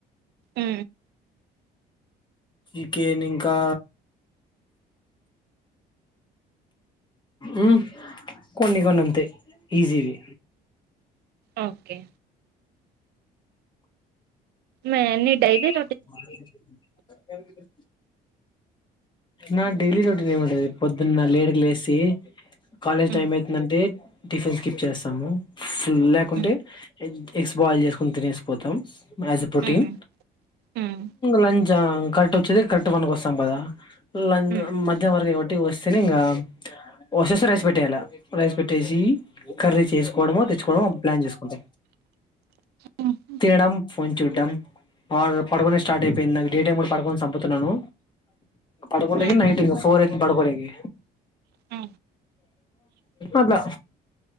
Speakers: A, on the right; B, on the left.
A: ఊ
B: ఇకే నింకా ఉ కొన్ని కొన్నంతే ఈజీవి
A: ఓకే మె నిడైజీస్
B: <unintelligible> ఏమి లేవు నా డైలీ రొటీన్ ఏమంటది పొద్దున్న లేడికి లేసి కాలేజ్
A: హ్మ్
B: టైమ్ అయితుందంటే టిఫిన్ స్కిప్ చేస్తాము. లేకుంటే
A: హ్మ్
B: ఎ ఎగ్స్ బాయిల్ చేసుకుని తినేసిపోతాం స్ ప్రోటీన్
A: హ్మ్ హ్మ్
B: లంచ్ కరెక్ట్ వచ్చేది కరెక్ట్ వన్కి వస్తాం కదా ల
A: హ్మ్
B: మధ్యం వర్గ ఒక వస్తేనే ఇంకా వసేస్త రైస్ పెట్టేయాల రైస్ పెట్టేసి కర్రీ చేసుకోవడము తెచ్చుకోవడము ప్లాన్ చేసుకుంటా
A: హుహు
B: తినడం ఫన్ చూటం పాడ పడుకొనే స్టార్ట్ అయిపోయింది నాకు డి టైం కూడా పడుకొని చంపుతున్నాను పదకొండకి
A: ఆహా!
B: నైట్ పోర్ ఎ బడుకడినికి
A: ఆ!
B: అలా